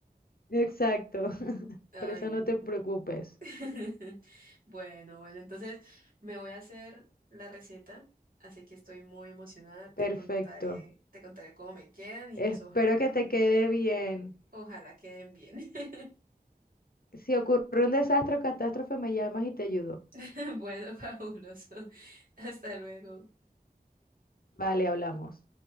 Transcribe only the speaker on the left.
Exacto. <laughs>
Por eso no te preocupes.
Perfecto.
Espero
que te quede bien.
Si ocurre un desastre o catástrofe, me llamas y te ayudo.
Vale, hablamos.